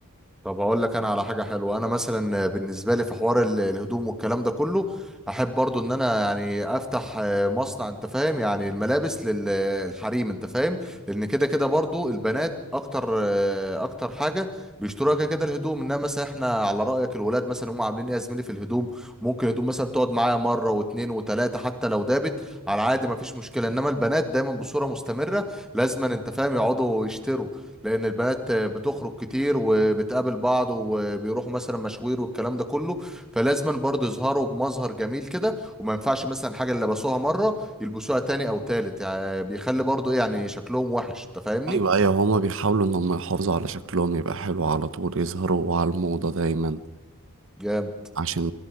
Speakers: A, in the centre; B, on the right.
A: طب هقول لك انا على حاجه حلوه انا مثلا بالنسبه لي في حوار ال- الهدوم والكلام ده كله احب برضو ان انا يعني افتح آه، مصنع انت فاهم يعني الملابس للحريم انت فاهم لان كده كده برضو البنات اكتر آه، اكتر حاجه بيشتروها كده كده الهدوم انما مثلا احنا على رايك الولاد مثلا هم عاملين ايه يا زميلي في الهدوم ممكن الهدوم مثلا تقعد معايا مره واتنين وتلاته حتى لو دابت على عادي مفيش مشكله انما البنات دايما بصوره مستمره لازما انت فاهم يقعدوا يشتروا لان البنات بتخرج كتير وبتقابل بعض وبيروحوا مثلا مشاوير والكلام ده كله فلازما برضه يظهروا بمظهر جميل كده وما ينفعش مثلا حاجه اللي لبسوها مره يلبسوها تاني او تالت يعني بيخلي برضه ايه يعني شكلهم وحش انت فاهمني
B: أيوة أيوة هما بيحاولوا إن هما يحافظوا على شكلهم يبقى حلو على طول يظهروا على الموضة دايما
A: جامد
B: عشان